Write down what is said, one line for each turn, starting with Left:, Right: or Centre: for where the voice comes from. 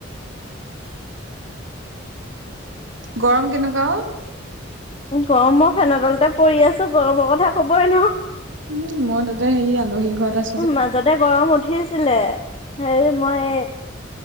Right: গৰম কেনেকুৱা অ'।
Left: গৰমৰত ফেনৰ তলতে পৰি আছোঁ গৰমৰ কথা ক'বই নৰো।
Right: উম, মই তাতে হেৰি আলহী ঘৰত আছ
Left: উম, মাজতে গৰম উঠিছিলে, হেৰি মই